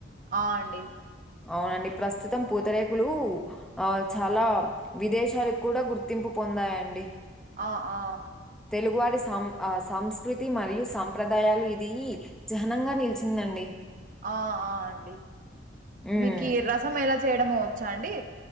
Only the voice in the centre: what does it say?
అవునండి ప్రస్తుతం పూతరేకులు ఆ చాలా విదేశాలకు కూడా గుర్తింపు పొందాయండి
తెలుగువారి సం ఆ సంస్కృతి మరియు సంప్రదాయాలు ఇది జహ్నంగా నిలిచిందండి
హ్మ్.